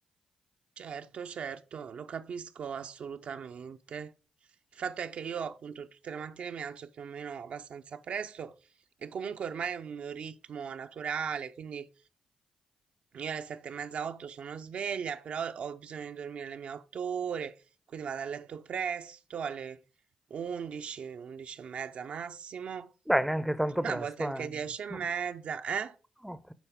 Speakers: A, on the right; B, in the centre.
A: Certo, certo, lo capisco assolutamente. Il fatto è che io appunto tutte le mattine mi alzo più o meno abbastanza presto e comunque ormai è un mio ritmo naturale, quindi io alle sette e mezza, otto sono sveglia, però ho bisogno di dormire le mie otto ore, quindi vado a letto presto, alle 11, 11 e mezza massimo,
B: Beh, neanche tanto
A: a
B: presto,
A: volte anche
B: eh.
A: dieci
B: <laughs>
A: e mezza, eh?
B: Ok.